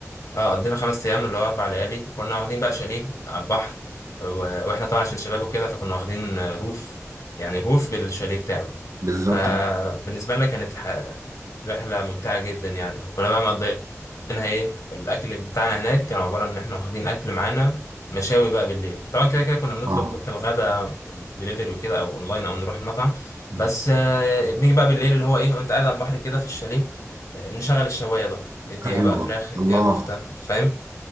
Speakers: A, on the left; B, on the right.
A: اه قضينا خمس أيام اللي هو أربع ليالي كنا واخدين بقى شاليه على البحر و- وإحنا طبعا عشان شباب وكده فكنا واخدين آه، روف يعني روف بالشاليه بتاعه
B: بالظبط
A: فبالنسبة لنا كانت ح- رحلة ممتعة جدا يعني وكنا بقى مقضيينها ايه الأكل بتاعنا هناك كان عبارة إن احنا واخدين أكل معانا مشاوي بقى بالليل طبعا كده كده كنا بنطلب
B: اه
A: في الغدا دليفري وكده أو أونلاين أو نروح المطعم
B: م.
A: بس آه، بنيجي بقى بالليل اللي هو ايه وأنت قاعد على البحر كده في الشاليه آه، نشغل الشواية بقى اديها
B: ايوه
A: بقى فراخ اديها
B: الله
A: كفتة انت فاهم